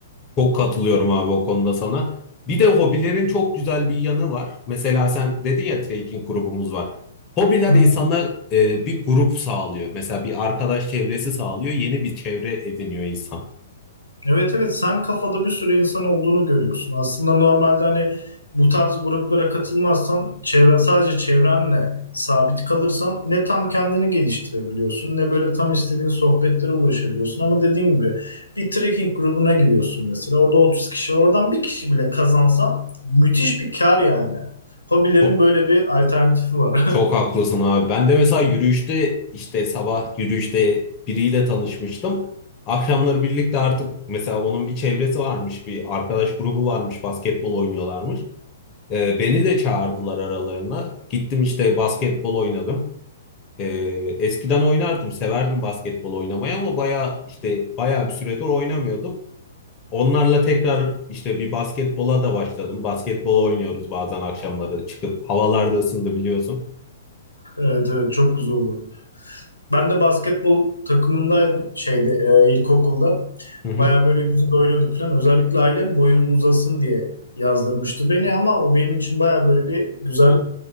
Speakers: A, on the left; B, on the left.
A: Çok katılıyorum abi o konuda sana. Bir de hobilerin çok güzel bir yanı var. Mesela sen dedin ya trekking grubumuz var. Hobiler
B: Hı hı.
A: insana e, bir grup sağlıyor. Mesela bir arkadaş çevresi sağlıyor. Yeni bir çevre ediniyor insan.
B: Evet evet sen kafada bir sürü insan olduğunu görüyorsun. Aslında normalde hani bu tarz gruplara katılmazsan çevren sadece çevrenle sabit kalırsan ne tam kendini geliştirebiliyorsun ne böyle tam istediğin sohbetlere ulaşabiliyorsun. Ama dediğim gibi bir trekking grubuna giriyorsun mesela orada 30 kişi var oradan bir kişi bile kazansan müthiş bir kar yani. Hobilerin
A: Çok
B: böyle bir alternatifi var.
A: çok
B: <laughs>
A: haklısın abi. Ben de mesela yürüyüşte işte sabah yürüyüşte biriyle tanışmıştım. Akşamları birlikte artık mesela onun bir çevresi varmış, bir arkadaş grubu varmış, basketbol oynuyorlarmış. Ee, beni de çağırdılar aralarına. Gittim işte basketbol oynadım. Ee, eskiden oynardım, severdim basketbol oynamayı ama bayağı işte bayağı bir süredir oynamıyordum. Onlarla tekrar işte bir basketbola da başladım. Basketbol oynuyoruz bazen akşamları çıkıp havalarda ısındı biliyorsun.
B: Evet evet çok güzel olur. Ben de basketbol takımındaydım şeyde e, ilkokulda.
A: Hı hı.
B: Baya böyle güzel oynuyorduk falan. Özellikle ailem boyun uzasın diye yazdırmıştı beni ama o benim için baya böyle bir güzel